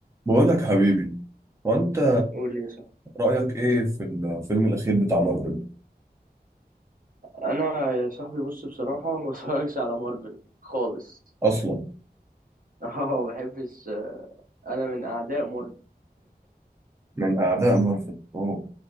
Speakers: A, on the right; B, on the right.
A: بقول لك حبيبي وانت
B: قول لي يا صاحبي
A: رأيك ايه في الفيلم الأخير بتاع مارفل
B: انا يا صاحبي بص بصراحه <laughs> ما بتفرجش على مارفل خالص
A: أصلا
B: <laughs> اه ما بحبش انا من اعداء مارفل
A: من أعداء مارفل أوه